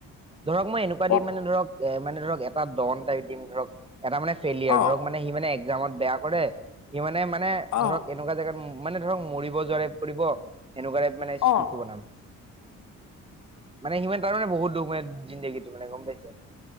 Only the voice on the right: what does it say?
ধৰক, মই এনেকুৱা
দিম মানে ধৰক, এ মানে ধৰক, এটা ডন টাইপ দিম ধৰক, এটা মানে ফেলিয়াৰ,
ধৰক মানে মানে সি মানে একজামত বেয়া কৰে। সি মানে- মানে
ধৰক সেনেকুৱা জেগাত- মানে ধৰক, মৰিব যোৱা টাইপ কৰিব। সেনেকুৱা টাইপ মানে
স্কিপটো বনাম। মানে সি মানে- তাৰ মানে বহুত দুখ মানে জিন্দেগীটো মানে, গম পাইছে?